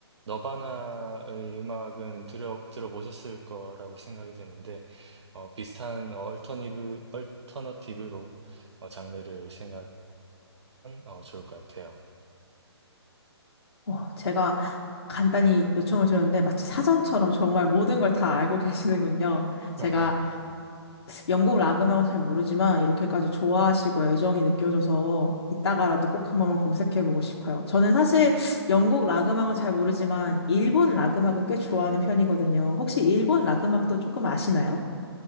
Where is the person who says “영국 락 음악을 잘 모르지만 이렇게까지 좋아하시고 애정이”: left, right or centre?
Left